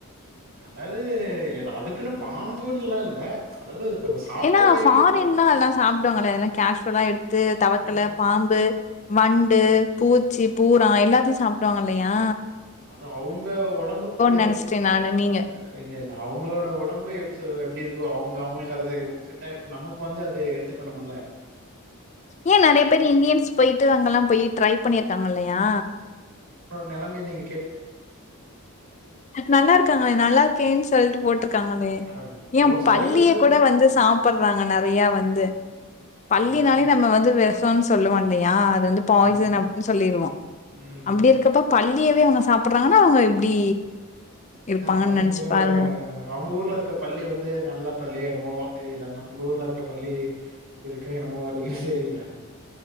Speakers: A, on the right; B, on the left.
A: அதாவ்து எடோ அதுக்குன்னு பாம்புன்ல்லா இல்ல அதாவது சாப்பட
B: ஏன்னா
A: வேண்டிய
B: ஃபாரின்லா
A: பொருள்.
B: அதெல்லா சாப்டுவாங்களே அதெல்லா கேஷுவலா எடுத்து தவக்கள
A: ஆரோக்கியம்.
B: பாம்பு வண்டு பூச்சி பூரா எல்லாத்தியு சாப்டுவாங்கல்லையா
A: அது அவுங்க ஒடம்புக்கு
B: நெனச்சுட்டேன் நானு நீங்க.
A: அ இல்ல இல்ல அவுங்களோட ஒடம்பு எப் து எப்டி இருக்கோ அவுங்க அவுங்குளுக்கு அத செ ஒ செட் <inaudible> நமுக்கு வந்து அது ஏத்துக்கணும்முல்ல
B: ஏ நறைய பேர் இந்தியன்ஸ் போயிட்டு அங்கல்லா போயி டிரை பண்ணிருக்காங்க இல்லையா
A: நெலமைய நீங்கி
B: நல்லாருக்காங்களே நல்லா இருக்கேன் சொல்ட்டு போட்ருக்காங்களே
A: அ போ
B: ஏம்
A: சொல்றது
B: பல்லிய
A: இது.
B: கூட வந்து சாப்பட்றாங்க நறையா வந்து பல்லினாலே
A: அது
B: நம்ம வந்து வ த்தான் சொல்லுவாங்ளே யா அ வந்து பாய்சன்
A: ஆமா.
B: அப்ன் சொல்லிருவோ
A: ம்,
B: அப்டிருக்கப்ப
A: ம்.
B: பல் ளியவே அவுங்க சா ப்ட்றாங்கனா அவுங்க எப்டி இருப்பாங்கன்னு
A: ன்ன அவுங்களோட
B: நெனச்சு பாருங்க.
A: அவுங் ஊர்ல இருக்க பல்லி வந்து நல்ல பல்லிய என்னுமோ தெரியலனா ம்ப ஊர்ல இருக்க பல்லி அப்டி இருக்கா என்னுமோ டிகிரி செரியில்ல